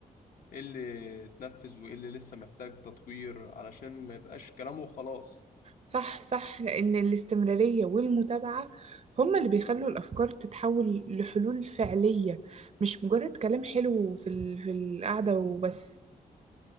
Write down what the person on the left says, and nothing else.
ايه اللي اتنفذ وايه اللي لسه محتاج تطوير علشان ما يبقاش كلامه وخلاص